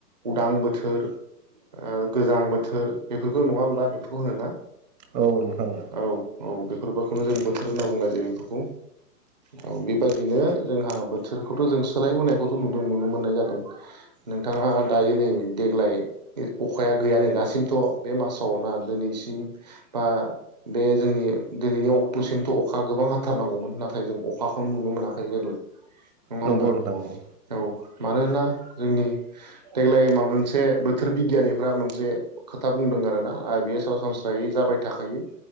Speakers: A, on the right; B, on the right.
A: उदां बोथोर ओ गोजां बोथोर बेफोरखौ नंङा होमबा? बुहो ना?
B: औ नोंथां
A: औ औ बेफोरफोरखौनो जों बोथोर बोथोर होनना बुंनाय जायो बेफोरखौ। औ बेबायदिनो जोंहा बोथोरखौथ' जों सोलायबोनायखौथ' नुदों नुनो मोननाय जादों। ओ नोंथांङा दायो नै देग्लाय अखाया गैया नै दासिमथ' बे मासाव ना दिनैसिम बा बे जोंनि दिनैनि अक्ट'सिमथ' अखा गोबां हाथारनांगौमोन नाथाय जों अखाखौनो नुनो मोनाखै गोरलै नंङा
B: नंगौ
A: होमबा?
B: नोंथां नंगौ
A: औ मानोना जोंनि देग्लाय मा मोनसे बोथोर बिगियानिफ्रा मोनसे खोथा बुंदों आरोना आरो बियो सरासनस्रायै जाबाय थाखायो